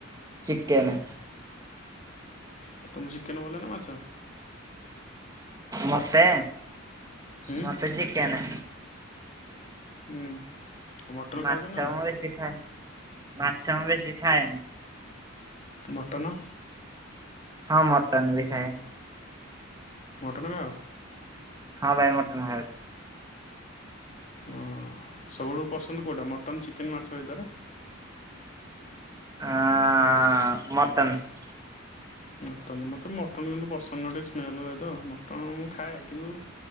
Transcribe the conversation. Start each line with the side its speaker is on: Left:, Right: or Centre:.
Right: ଚିକେନେ,
Left: ତେକ୍ ତମକୁ ଚିକେନ ଭଲ ନା ମାଛ?
Right: ମତେ
Left: ହୁଁ
Right: ମତେ ଚିକେନେ,
Left: ହୁଁ, ଆଉ ମଟନ୍
Right: ମାଛ
Left: ଖାଉଛ ନା ନାଇଁ?
Right: ମୁଁ ବେଶୀ ଖାଏ ମାଛ ମୁଁ ବେଶୀ ଖାଏନି,
Left: ମଟନ,
Right: ହଁ ମଟନ୍ ବି ଖାଏଁ,
Left: ମଟନ୍ ନା ଆଉ,
Right: ହଁ ଭାଇ ମଟନ୍ ଖାଉଚି,
Left: ହଁ ସବୁଠୁ ପସନ୍ଦ କୋଉଟା ମଟନ୍ ଚିକେନ୍ ମାଛ ଭିତରେ,
Right: ହଁ ଅଁ ମଟନ୍,
Left: ମଟନ୍ ମୋତେ ମଟନ୍ କିନ୍ତୁ ପସନ୍ଦ ନୁଅଁ ଟିକେ ସ୍ମେଲ୍ ହୁଏ ତ ମଟନ୍ ମୁଁ ଖାଏ କିନ୍ତୁ,